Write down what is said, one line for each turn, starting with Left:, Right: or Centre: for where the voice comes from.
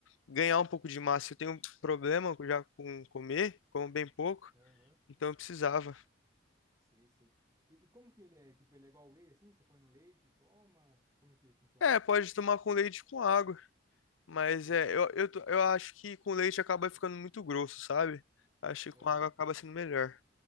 Left: ganhar um pouco de massa. Eu tenho um problema já com comer, como bem pouco,
Right: aham.
Left: então eu precisava.
Right: Sei, sei. E, e como que ele é? Tipo, ele é igual whey, assim? Você põe no leite, e toma? Como que funciona?
Left: É, pode tomar com leite e com água, mas
Right: Sei,
Left: é,
Right: sei.
Left: eu, eu, tô- eu acho que com leite acaba ficando muito grosso, sabe? Acho
Right: Aham.
Left: que com água acaba sendo melhor.